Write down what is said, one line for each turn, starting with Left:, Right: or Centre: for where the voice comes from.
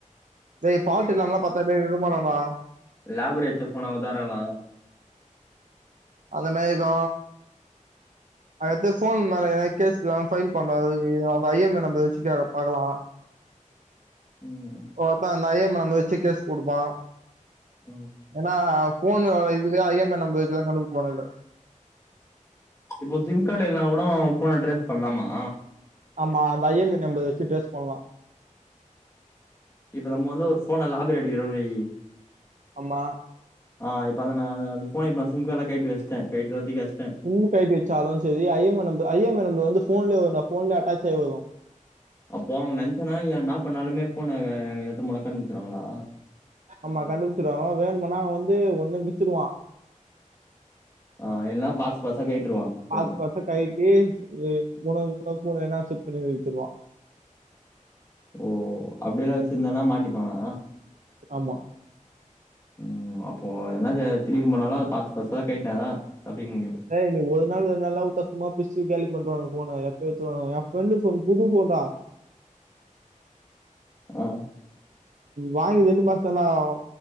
Right: டேய் ஃபால்ட் இல்லாமல்லா பாத்துட்டு இருமான தா
Left: லேப்லரி அடிச்ச போனா உத்தரலா
Right: அந்த மாதிரி தா அத எடுத்து போன் மேல எதனா கேஸ் இருக்கா ஃபைல் பண்ணாதது அவங்க ஐ எம் ஐ நம்பர் வச்சு பாக்கலா
Left: ம்
Right: ஒவ்வொருத்த அந்த ஐ எம் ஐ நம்பர் வச்சு கேஸ் கொடுப்பா
Left: ம்
Right: ஏன்னா போன் இதுவே ஐ எம் ஐ நம்பர் வச்சி தா கண்டுபிடிப்பாங்களே
Left: இப்போ சிம் கார்டு இல்லன்னா கூட போன்னா டேரேஸ் பண்ணலாமா
Right: ஆமா அந்த ஐ எம் ஐ நம்பர் வச்சு டேரேஸ் பண்ணலா
Left: இப்போ நம்ம வந்து ஒரு போனை ராபரி அடிக்கோரம்னு வை
Right: ஆமா
Left: ஆ இப்ப அத நா அந்த போனே இப்ப சிம் கார்டலா கலட்டி வச்சிட கலட்டி தூக்கி வச்சிட
Right: சிம் கலட்டி வச்சாலு சரி I M I I M I number வந்து போன்லேயே வரும் போன்லே அட்டச்சயி வரு
Left: அப்போ அவங்க நினைசன்னா என்னா பண்ணாலுமே போனா அ எடுத்துட்டு போன கண்டுபிடிச்சிடுவாங்களா
Right: ஆமா கண்டுபிச்சுடுவாங்க வேணும்னா வந்து ஒண்ணு வித்துடுவா
Left: ஆ எல்லா பார்ட்ஸ் பார்ட்ஸா கழட்டுருவா
Right: பார்ட்ஸ்
Left: போன
Right: பார்ட்ஸா கழட்டி <unintelligible> செட் பண்ணி வித்துடுவா
Left: ஓ அப்டியெல்லா வச்சிருந்தானா மாட்டிப்பானா
Right: ஆமா
Left: ம் அப்போ என்னத திருட்டிட்டு பண்ணாலு பார்ட் பார்ட்ஸா கழட்டுனாதா அப்படிங்கு
Right: ஏ நீ ஒரு நாள் ரெண்டு நாள்லா வுட்ட சும்மா பிரிச்சு காலி பண்ற்றவாங்க போன எப்டியு எடுத்துடுவாங்க எய ஃப்ரெண்டு புது போன் டா
Left: ஆ
Right: வாங்கித ரெண்டு மாசம்தா ஆவு